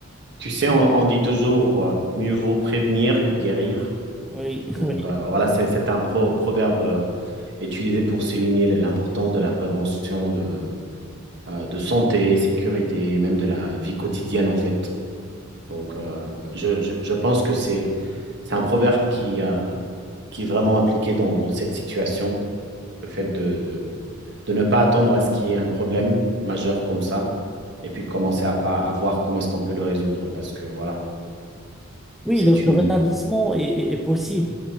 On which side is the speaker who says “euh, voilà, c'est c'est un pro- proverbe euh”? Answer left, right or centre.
Right